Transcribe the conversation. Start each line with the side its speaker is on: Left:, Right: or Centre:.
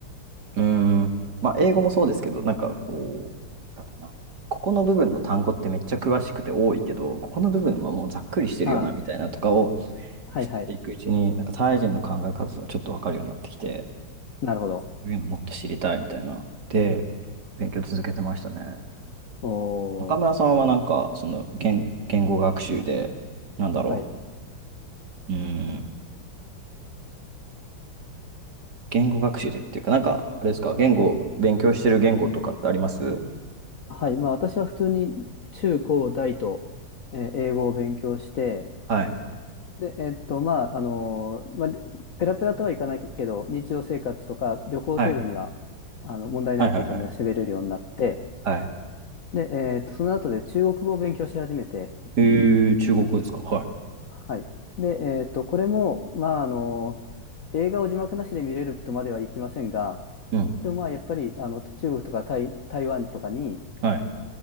Right: うーん。まあ、英語もそうですけど、なんかこう、なんだろうな。ここの部分の単語ってめっちゃ詳しくて多いけど、ここの部分はもうざっくりしてるよな、
Left: ああ、
Right: みたいなとかを
Left: はい、
Right: 知っていくうちに、
Left: はい。
Right: なんかタイ人の考え方とかちょっとわかるようになってきて、
Left: なるほど。
Right: こういうのもっと知りたいみたいな。で、勉強続けてましたね。
Left: おー。
Right: 中村さんはなんか、その言、言語学習で、なんだろ
Left: はい。
Right: う。うーん。言語学習でっていうか、なんか、あれですか、言語、
Left: はい。
Right: 勉強してる言語とかってあります
Left: はい。まあ私は普通に中高大と、えー英語を勉強して、
Right: はい。
Left: で、えっと、まあ、あのーまあ、ペラペラとはいかないけど、日常生活とか旅行程度には、
Right: はい。
Left: あの、問題ない程度には喋れるようになって、
Right: はいはいはい。はい
Left: で、えーっと、その後で中国語を勉強し始めて、
Right: えー、中国語ですかはい。
Left: はい。で、えーっと、これも、まあ、あの、映画を字幕なしで見れるとまではいきませんが、
Right: うん。
Left: でもまあ、やっぱり、あの、中国とか台、台湾とかに、
Right: はい。